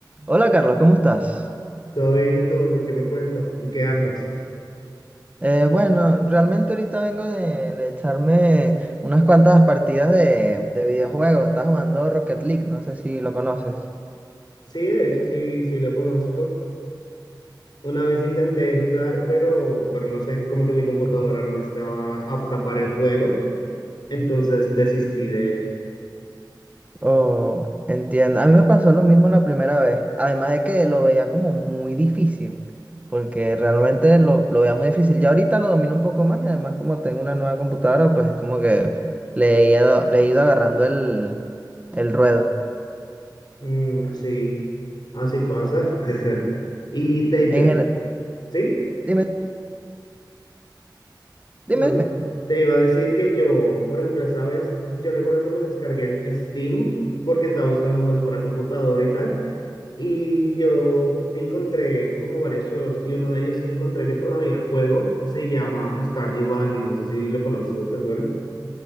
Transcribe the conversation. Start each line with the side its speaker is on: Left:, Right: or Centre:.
Right: Hola Carlos, ¿cómo estás?
Left: Todo bien, ¿y tú, José? ¿Qué me cuentas? ¿En qué andas?
Right: Eh, bueno, realmente ahorita vengo de, de echarme unas cuantas partidas de, de videojuegos. Estaba jugando Rocket League, no sé si lo conoces.
Left: Sí, de hecho, sí, sí lo conozco. Una vez intenté jugar, pero, pero no sé, como que mi computadora no estaba apta para el juego, entonces desistí, de hecho.
Right: O entiendo. A mí me pasó lo mismo la primera vez. Además de que lo veía como muy difícil, porque realmente lo, lo veía muy difícil. Ya ahorita lo domino un poco más y además como tengo una nueva computadora, pues es como que le he ido, le he ido agarrando el, el ruedo.
Left: Mm, sí, así pasa. <laughs> Y de hecho,
Right: En gen-
Left: sí,
Right: Dime, dime,
Left: no
Right: dime.
Left: te iba a decir que yo, por ejemplo, esa vez, yo recuerdo que me descargué el Steam porque estaba buscando juegos para computadora y tal. Y yo encontré como varios juegos y uno de ellos que encontré que todavía juego se llama Stardew Valley. No sé si lo conoces o te suena.